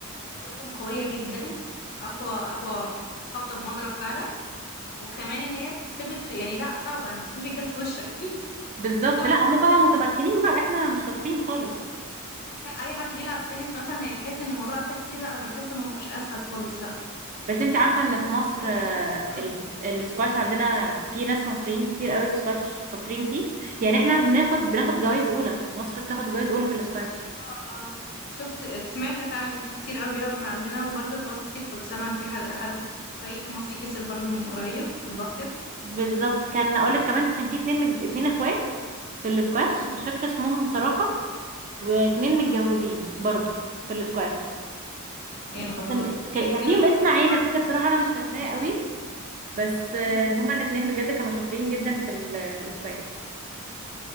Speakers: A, on the left (about 45°); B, on the right (about 35°).
A: خبطتهم قوية جدا أقوى أقوى خبطة بمضرب فعلا وكمان إن هي تتخبط في يعني لا صعبة إن تتخبط جت في وشك <laughs> إيه
B: بالظبط
A: صعبة
B: لا هما بقى متمكنين بقى احنا مش شاطرين خالص
A: يعني لا أي حد بيلعب تنس مثلا هيحس إن الموضوع أسهل كتير لا أنا بحس إنه مش أسهل خالص لا
B: بس انت عارفه ان في مصر
A: تركيز
B: آه،
A: قوي
B: ال- السكواش عندنا في ناس مصريين كتير قوي السكواش شاطرين فيه يعني احنا بناخد بناخد جوائز اولى مصر بتاخد جوائز اولى في السكواش
A: اه اه شفت سمعت فعلا ان في كتير قوي بياخدوا من عندنا وبرضه الباسكت كنت سامعه ان في حد حد في فريق في مصر كسب برضه من قريب في الباسكت
B: بالظبط كان اقولك كمان كان في اتنين مج... اتنين اخوات في الاسكواش
A: مم.
B: مش فاكره اسمهم بصراحه واتنين متجوزين برضو في الاسكواش
A: وجامد
B: يعني حتى
A: والله
B: إن- كان
A: يعني
B: كان
A: حلو
B: ليهم
A: انك
B: اسم عيله
A: تبقى البارتنر
B: كده بصراحه انا مش فاكراه قوي بس آه،
A: مم.
B: هما الاتنين بجد كانوا شاطرين جدا في ال... في الاسكواش